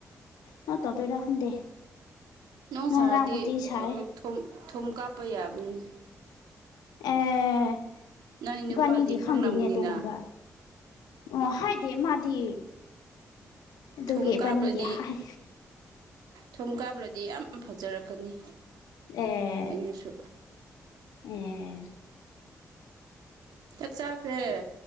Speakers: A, on the left; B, on the right.
A: ꯅꯣ ꯇꯧꯗꯣꯏꯔꯥ ꯈꯨꯪꯗꯦ
B: ꯅꯣꯡ
A: ꯅ
B: ꯁꯥꯔꯗꯤ
A: ꯔꯝꯕꯨꯣꯗꯤ ꯁꯥꯏ
B: ꯊꯨꯝ ꯊꯨꯝ ꯀꯥꯞꯄꯩ ꯌꯥꯕꯅꯤ
A: ꯑꯦ
B: ꯅꯪ ꯅꯨꯄꯥꯗꯤ
A: ꯄꯅꯤꯗꯤ ꯈꯥꯟꯗꯅꯦ
B: ꯈꯪꯂꯝꯅꯤꯅ
A: ꯑꯗꯨ ꯀꯣꯟꯕꯥ ꯑꯣ ꯍꯥꯏ ꯗ ꯃꯥꯗꯤ ꯑꯗꯨꯒꯤꯕꯥꯅꯤꯗꯤ
B: ꯊꯨꯝ ꯀꯥꯞꯂꯗꯤ
A: ꯍꯥꯏ
B: ꯊꯨꯝ ꯀꯥꯕꯗꯗꯤ ꯌꯥꯝ ꯐꯖꯔꯛꯀꯅꯤ
A: ꯑꯦ
B: ꯑꯩꯅꯁꯨ
A: ꯑꯦ
B: ꯆꯥꯛ ꯆꯥꯛꯈ꯭ꯔꯦ